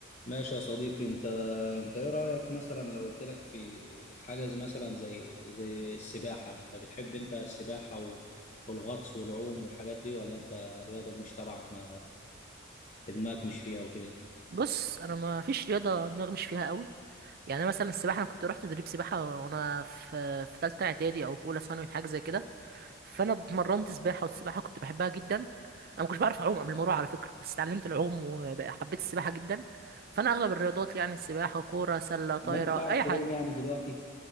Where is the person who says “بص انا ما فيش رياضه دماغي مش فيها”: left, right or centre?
Right